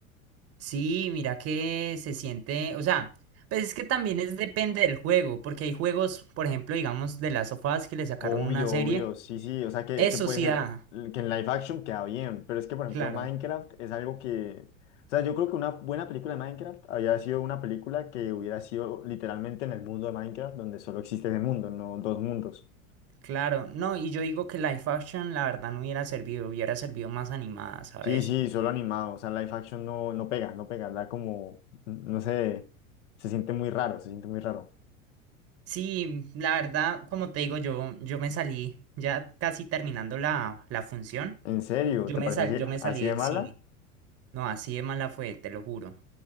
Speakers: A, on the right; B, on the left.
A: Sí, mira que se siente, o sea, pues es que también es depende del juego, porque hay juegos, por ejemplo, digamos, de las sofás que le sacaron
B: Obvio,
A: una serie.
B: obvio, sí, sí, o sea que,
A: Eso
B: que puede
A: sí
B: ser
A: da,
B: l- que en live action queda bien, pero es que por ejemplo
A: claro.
B: Minecraft es algo que, o sea, yo creo que una buena película de Minecraft habría sido una película que hubiera sido literalmente en el mundo de Minecraft, donde solo existe ese mundo, no dos mundos.
A: Claro, no, y yo digo que live action la verdad no hubiera servido, hubiera servido más animada, ¿sabes?
B: Sí, sí, solo animado, o sea, live action no, no pega, no pega, da como, no sé, se siente muy raro, se siente muy raro.
A: Sí, la verdad, como te digo, yo, yo me salí, ya casi terminando la, la función,
B: ¿En serio?
A: yo
B: ¿Te
A: me
B: parece
A: sal,
B: así,
A: yo me salí
B: así
A: del
B: de mala?
A: cine. No, así de mala fue, te lo juro.